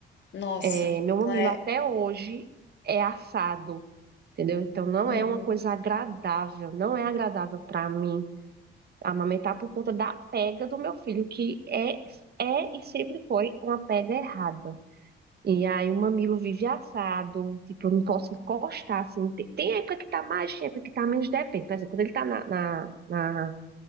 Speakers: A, on the left; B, on the right.
A: Nossa.
B: É, meu mamilo
A: Não é.
B: até hoje é assado, entendeu? Então não
A: Uhum.
B: é uma coisa agradável, não é agradável para mim amamentar por conta da pega do meu filho, que é, é e sempre foi uma pega errada. E aí o mamilo vive assado, tipo, eu não posso encostar, assim, tem, tem época que tá mais, tem época que tá menos, depende. Por exemplo, quando ele tá na, na, na